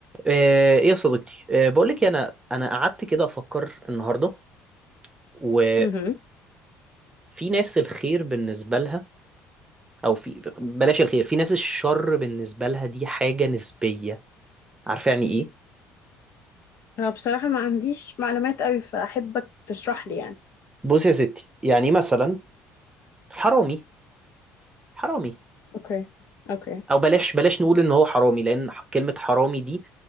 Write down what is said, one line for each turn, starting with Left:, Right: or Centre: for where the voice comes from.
Right: آه، ايه يا صديقتي آه، بقولك إيه، انا انا قعدت كده افكر النهارده وفي
Left: مهم.
Right: ناس الخير بالنسبه لها او في بلاش الخير في ناس الشر بالنسبه لها دي حاجه نسبيه عارفه يعني ايه
Left: هو بصراحة ما عنديش معلومات قوي فأحبك تشرح لي يعني
Right: بص يا ستي يعني مثلا حرامي حرامي
Left: اوكي اوكي
Right: او بلاش بلاش نقول ان هو حرامي لان كلمه حرامي دي